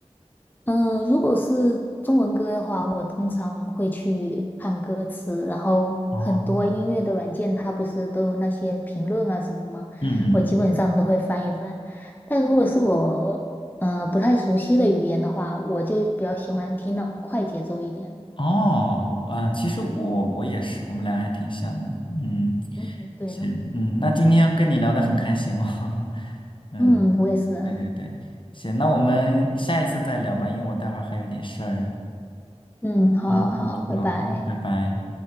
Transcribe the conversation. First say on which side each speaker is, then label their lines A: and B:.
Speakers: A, on the left; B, on the left.
A: 嗯，呃如果是中文歌的话，我通常会去看歌词，然后很多音乐的软件它不是都有那些评论啊什么的吗？
B: 哦，嗯嗯嗯，
A: 我基本上都会翻一翻。但如果是我呃不太熟悉的语言的话，我就比较喜欢听那种快节奏一点的。
B: 哦，嗯，其实我我也是，我们俩还挺像的，嗯，
A: 嗯，对呢。
B: 行，嗯，那今天跟你聊的很开心哦，<laughs> 嗯，
A: 嗯，我也是啊。
B: 对对对，行，那我们下一次再聊吧，因为我待会儿还有点事儿，
A: 嗯，好好，
B: 嗯嗯，
A: 拜拜。
B: 好，嗯，拜拜。